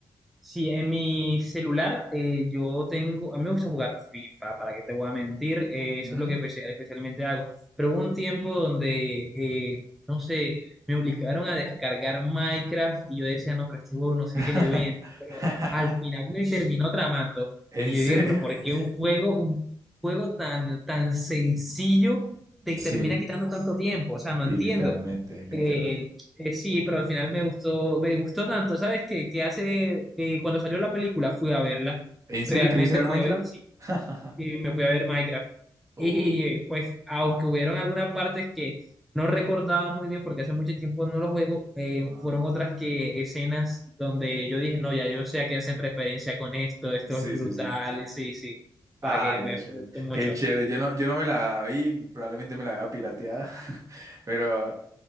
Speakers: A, in the centre; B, on the right.
A: Sí, en mi celular eh, yo tengo, a mí me gusta jugar FIFA, para que te voy a mentir, eh,
B: Mm.
A: eso es lo que especia- especialmente hago. Pero hubo un tiempo donde, eh, no sé, me obligaron a descargar Minecraft y yo decía, no, pero este juego no sé
B: <laughs>
A: qué le ven, pero al final me terminó tramando.
B: ¿En
A: Y yo
B: serio?
A: dije, pero ¿por qué un juego, un juego tan, tan sencillo te
B: Sí,
A: termina quitando tanto tiempo? O sea, no
B: sí,
A: entiendo.
B: literalmente, literalmente.
A: Eh, eh, sí, pero al final me gustó, me gustó tanto, ¿sabes qué? Que hace, eh, cuando salió la película fui a verla,
B: ¿En serio
A: realmente
B: te fuiste a ver
A: fui
B: Minecraft?
A: a ver, sí,
B: <laughs>
A: sí, me fui a ver Minecraft.
B: Oh,
A: Y eh, pues, aunque hubieron algunas partes que no recordaba muy bien porque hace mucho tiempo no lo juego, eh,
B: ah.
A: fueron otras que escenas donde yo dije, no, ya yo sé a qué hacen referencia con esto, esto
B: Sí,
A: es brutal,
B: sí, sí.
A: sí, sí,
B: Ah,
A: para que me,
B: qué chévere.
A: me gustó mucho.
B: Qué chévere. Yo no, yo no me la vi, probablemente me la vea pirateada, <laughs> pero,